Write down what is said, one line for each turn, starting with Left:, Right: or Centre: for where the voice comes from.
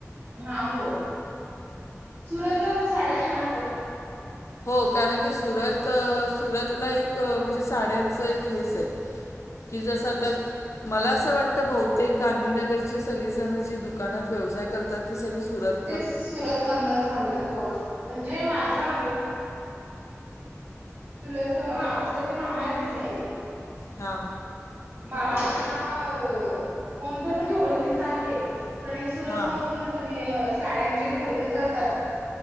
Right: हा हो सुरतलां पणं साडयां छांन असतांत नाही.
Left: हो कारणं की सुरत सुरतलां एक म्हणजे साड्यांचं एक हेंच आहे. की जसं आतां मलां असं वाटतं बहुंतेक गांधीनगरची सगळीं जणं जी दुकानांत व्यवसांय करतांत ती संगळी सुरत
Right: ते सुरतमधूनंच म्हांणतांत हो म्हणजे माझां तुला हा न संखे मामा आहेतं की नाहीं
Left: हां
Right: मामांच नांव कोणतं तरी ओळखीचं आहे तरी सुरतमधूनंच
Left: हां
Right: साड्यांची खरेदी करतांत